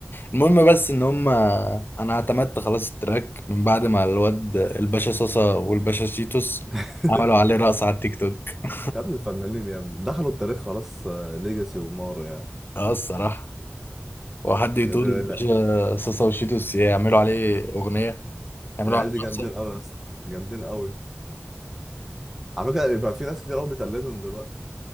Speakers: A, on the left; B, in the centre.
A: المهم بس ان هم انا اعتمدت خلاص التراك من بعد ما الواد الباشا صاصا والباشا شيتوس
B: <laughs>
A: عملوا عليه رقص على التيك توك <laughs>
B: يا ابن الفنانين يا ابن دخلوا التاريخ خلاص آه، ليجاسي ومارو يعني
A: اه الصراحة وحد يقول
B: ال- ال-
A: الباشا صاصا وشيتوس يعملوا عليه أغنية يعملوا
B: العيال
A: عليه
B: دي جامدين
A: رقصة
B: قوي يا اسطى جامدين قوي على فكره بقى في ناس كتير قوي بتقلدهم دلوقتي